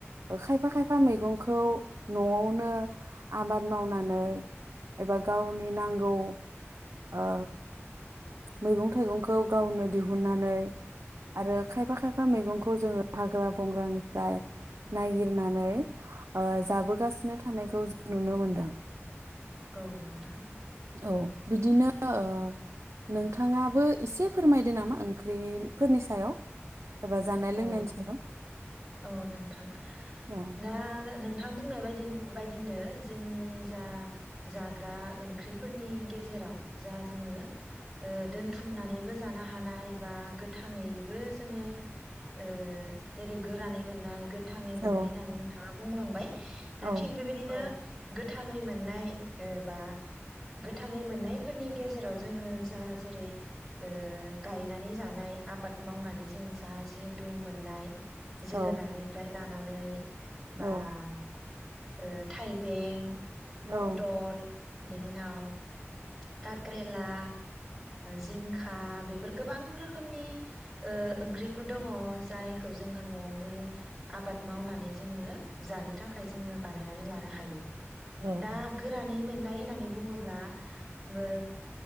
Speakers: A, on the right; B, in the centre.
A: खायफा खाय फा मैगंखौ न'आवनो आबाद मावनानै एबा गावनि नांगौ ओ मैगं थाइगंखौ गावनो दिहुननानै आरो खायफा खायफा मैगंखौ जोङो हाग्रा बंग्रानिफ्राय नायगिरनानै ओ जाबोगासिनो थानायखौ जों नुनो मोनदों।
B: औ नोंथां
A: औ बिदिनो ओ नोंथाङाबो एसे फोरमायदो नामा ओंख्रिफोरनि सायाव? एबा जानाय लोंनायनि
B: औ
A: सायाव
B: औ नोंथां
A: औ
B: दा नोंथां बुंनाय बायदि बायदिनो जोंनि जा जाग्रा ओंख्रिफोरनि गेजेराव जा जोङो ओ दोनथुमनानैबो जानो हानाय बा गोथाङैबो जोङो ओ जेरै गोरानै मोननाय गो थाङै
A: औ
B: मोननाय होननानै नोंथाङा बुंलांबाय
A: औ
B: दा थिग बेबायदिनो गोथाङै मोन मोननाय बा गोथाङै मोननाय फोरनि गेजेराव जोङो जा जेरै ओ गायनानै जानाय आबाद मावनानै जों जा जिहे तु मोननाय जोगोनारनिफ्राय
A: औ
B: लानानै
A: औ
B: बा ओ थाइबें पटल
A: औ
B: बेनि उनाव काक्रेला जिंखा बेफोर गोबां रोखोमनि ओ ओंख्रिफोर दङ। जायखौ जोङो न'आवनो आबाद मावनानै जोङो जानो थाखाय जोङो बानायनानै लानो हायो।
A: औ
B: दा
A: औ
B: गोरानै मोननाय होननानै बुङोब्ला बै